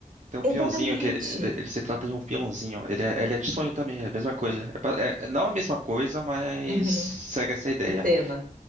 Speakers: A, on the right; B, on the right.
A: Tem um
B: exatamente.
A: peãozinho que ele, ele- ele se trata de um peãozinho. Ele é, ele é de sonho também, é a mesma coisa. É, pa- é- é não a mesma coisa, mas
B: Uhum.
A: segue essa ideia.
B: O tema.